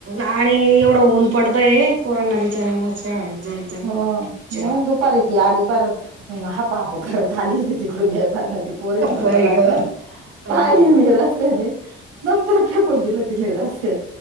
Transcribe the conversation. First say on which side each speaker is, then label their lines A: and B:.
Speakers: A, on the right; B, on the right.
A: आणि एवढं ऊन पडतंय पोरांना बिचाऱ्यानां शाळेत जायचं
B: हो
A: दुपार
B: मग, दुपारी ती आली पार हाप हाप घरात आली होती तिकडून येताना, ती पोरीन बरोबर
A: बाई
B: आली
A: ग
B: ना?
A: हा
B: पाहिली मी रस्त्यानी दप्तर फेकून दिलं तिनं रस्त्यात